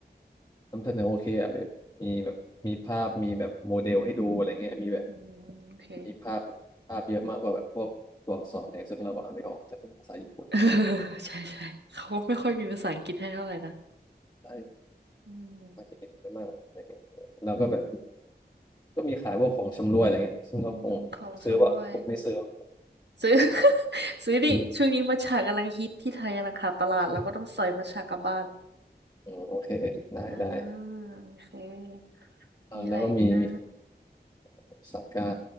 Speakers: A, on the left; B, on the right.
A: นำเสนอโอเคอะแบบมีแบบมีภาพมีแบบโมเดลให้ดูอะไรเงี้ยมีแบบ
B: อืมโอเค
A: มีภาพภาพเยอะมากกว่าแบบพวกตัวอักษรอะไรซึ่งเราก็อ่านไม่ออกแต่เป็นภาษาญี่ปุ่น
B: <laughs> เออใช่ใช่เขาไม่ค่อยมีภาษาอังกฤษให้เท่าไหร่นะ
A: ใช่
B: อืม
A: มาเก่งมากอะไรเงี้ยเราก็แบบก็มีขายพวกของชำร่วยอะไรเงี้ยซึ่งก็คงซื้อว่าผมไม่ซื้ออ
B: อืมของชำร่วยซื้อ <laughs> ซื้อดิช่วงนี้มัทฉะกำลังฮิตที่ไทยกำลังขาดตลาดแล้วก็ต้องสอยมัทฉะกลับบ้าน
A: ซื้อประชาอืมโอเคได้ได้
B: อ่าโอเค
A: เออแล้วก็มีมี
B: มีอะไรอีกนะ
A: โอซาก้า